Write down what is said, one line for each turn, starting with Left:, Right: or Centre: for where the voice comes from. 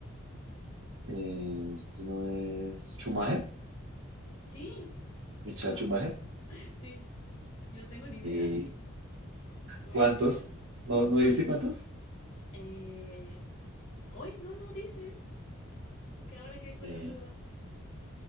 Right: Eh, este no es Schumacher,
Left: Sí,
Right: Michael
Left: Wow.
Right: Schumacher.
Left: sí, yo no tengo ni idea.
Right: Eh,
Left: Buena,
Right: ¿cuántos?
Left: buena.
Right: ¿No, no dice cuántos?
Left: Eh, hoy no, no dice, que ahora quedé con
Right: Eh,
Left: la duda.